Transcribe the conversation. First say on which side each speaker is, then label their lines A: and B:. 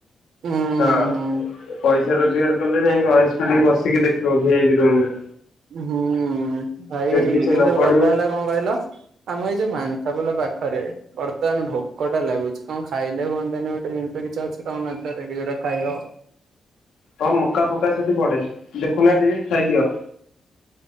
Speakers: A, on the right; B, on the left.
A: ହୁଁ
B: ହଁ।
A: ହୁଁ
B: ପଇସା ରୋଜଗାର କଲେ ଯାଇଁ ଅଏସ୍ କରିକି ବସିକି ଦେଖିବ ଭିଆଇପି ରୁମ ରେ।
A: ହୁଁ ଭାଇ
B: କିଛି ନ
A: କିନ୍ତୁ
B: ପଡିବ
A: କଥା ହେଲା ଙ୍କ କହିଲ ଆମ ଏଇ ଯୋଉ ମାନ୍ସା ପୋଲ ପାଖରେ। ବର୍ତ୍ତମାନ ଭୋକଟା ଲାଗୁଛି କଣ ଖାଇଲେ ହୁଅନ୍ତାନି ଗୋଟେ ଜିନିଷ କିଛି ଅଛି ତମ ନଜରରେ କି ଯୋଉଟା ଖାଇହବ।
B: ହଁ ମକା ଫକା ସେଠି ପଡେ ଦେଖୁନା ଟିକେ ଖାଇଦିଅ।